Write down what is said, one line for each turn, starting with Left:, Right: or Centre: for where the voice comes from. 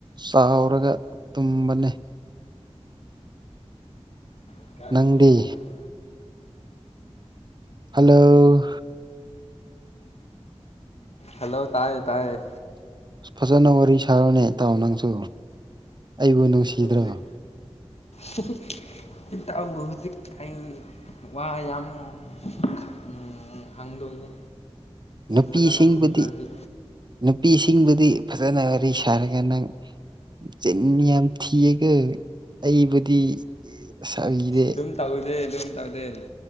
Right: ꯆꯥꯎꯔꯒ ꯇꯨꯝꯕꯅꯦ
Left: <unintelligible>
Right: ꯅꯪꯗꯤ ꯍꯜꯂꯣ
Left: ꯍꯜꯂꯣ ꯇꯥꯏꯌꯦ ꯇꯥꯏꯌꯦ
Right: ꯐꯖꯅ ꯋꯥꯔꯤ ꯁꯥꯔꫭꯅꯦ ꯏꯇꯥꯎ ꯅꯪꯁꯨ ꯑꯩꯕꯨ ꯅꯨꯡꯁꯤꯗ꯭ꯔꯣ
Left: ꯍꯧꯖꯤꯛ ꯍꯤ ꯍꯤ ꯏꯇꯥꯎꯕꯨ ꯍꯧꯖꯤꯛ ꯑꯩ ꯋꯥ ꯌꯥꯝ ꯎꯝ ꯑꯝ ꯍꯪꯗꯣꯏꯅꯤ
Right: ꯅꯨꯄꯤꯁꯤꯡꯕꯨꯗꯤ
Left: ꯐꯖꯅ ꯈꯨꯝꯗ꯭ꯔꯗꯤ
Right: ꯅꯨꯄꯤꯁꯤꯡꯕꯨꯗꯤ ꯐꯖꯅ ꯋꯥꯔꯤ ꯁꯥꯔꯒ ꯅꯪ ꯆꯤꯟ ꯌꯥꯝ ꯊꯤꯌꯥꯒꯄ ꯑꯩꯕꯨꯗꯤ ꯃꯁꯥꯒꯤꯅꯦ
Left: ꯑꯗꯨꯝ ꯇꯧꯗꯦ ꯑꯗꯨꯝ ꯇꯧꯗꯦꯗꯤ